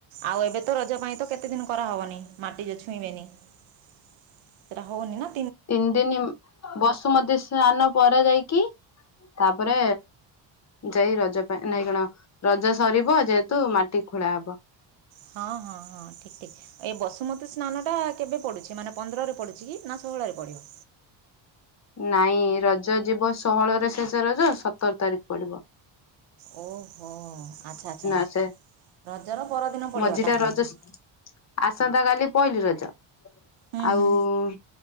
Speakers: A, on the right (about 70°); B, on the left (about 35°).
A: ଆଉ ଏବେ ତ ରଜ ପାଇଁ ତ କେତେ ଦିନ କରାହବନି ମାଟି ଯୋ ଛୁଇଁବେନି ।
B: <inaudible>
A: ସେଇଟା ହଉନି ନା?
B: ତିନ୍ ଦିନ ବସୁମତି ସ୍ନାନ ପରେ ଯାଇକି ତାପରେ ଯାଇ ରଜ ପାଇଁ ନାଇଁ କଣ ରଜ ସରିବ ଯେହେତୁ ମାଟି ଖୋଳା ହବ ।
A: ହଁ ହଁ ହଁ ଠିକ ଠିକ ଏ ବସୁମତୀ ସ୍ନାନ ଟା କେବେ ପଡୁଚି ମାନେ ପନ୍ଦରରେ ପଡୁଛି କି ନା ଶ ହୋଳ ରେ ପଡ଼ିବ?
B: <inaudible> ନାଇଁ ରଜ ଯିବ ଷୋହଳରେ ଶେଷ ରଜ ସତର ତାରିଖ ପଡିବ ।
A: ଓ ହ ଆଚ୍ଛା ଆଚ୍ଛା
B: ଆସେ
A: ରଜର ପରଦିନ ପଡିବ
B: ମଝିଟା
A: ତାହେଲେ
B: ରଜ
A: ।
B: ଆସନ୍ତା କାଲି ପହିଲି ରଜ
A: ହୁଁ
B: ଆଉ
A: ହୁଁ
B: ।